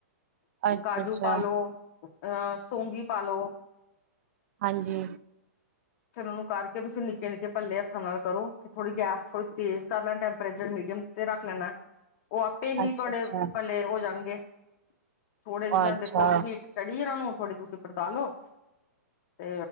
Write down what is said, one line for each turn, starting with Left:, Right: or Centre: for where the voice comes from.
Right: ਅੱਛਾ
Left: ਕਾਜੂ
Right: ਅੱਛਾ
Left: ਪਾਲੋ ਅਹ ਸੌੌਗੀ ਪਾਲੋ
Right: ਹਾਂਜੀ।
Left: ਫੇਰ ਉਹਨੂੰ ਕਰਕੇ ਤੁਸੀਂ ਨਿੱਕੇ-ਨਿੱਕੇ ਭੱਲੇ ਹੱਥਾਂ ਨਾਲ ਕਰੋ ਤੇ ਥੋੜੀ ਗੈਸ ਥੋੜ੍ਹੀ ਤੇਜ਼ ਕਰ ਲੈਣਾ ਟੈਂਪਰੇਚਰ ਮੀਡੀਅਮ ਤੇ ਰੱਖ ਲੈਣਾ ਏ ਉਹ ਆਪੇ ਹੀ
Right: ਅੱਛਾ
Left: ਤੁਹਾਡੇ
Right: ਅੱਛਾ
Left: ਭਲੇ ਹੋ ਜਾਣਗੇ ਥੋੜੇ ਜੀ
Right: ਅੱਛਾ
Left: ਦੇਖੋ ਹੀਟ ਚੜੀ ਇਹਨਾ ਨੂੰ ਥੋੜੀ ਤੁਸੀਂ ਪਰਤਾਲੋ ਤੇ